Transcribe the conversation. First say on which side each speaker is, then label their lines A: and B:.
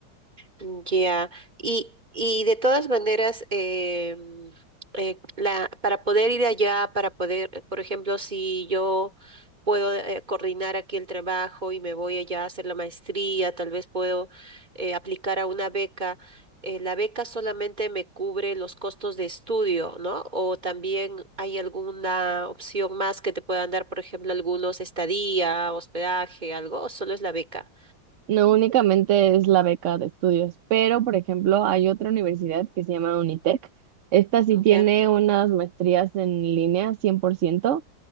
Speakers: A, on the right (about 20°); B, on the right (about 75°).
A: Ya, Y, y de todas maneras, em, eh, la, para poder ir allá, para poder, por ejemplo, si yo puedo eh, coordinar aquí el trabajo y me voy allá a hacer la maestría, tal vez puedo eh, aplicar a una beca. eh, la beca solamente me cubre los costos de estudio, ¿no? O también hay alguna opción más que te puedan dar, por ejemplo, algunos estadía, hospedaje, algo, o solo es la beca.
B: No únicamente es la beca de estudios, pero por ejemplo hay otra universidad que se llama Unitec. Esta sí tiene
A: Ya.
B: unas maestrías en línea 100%.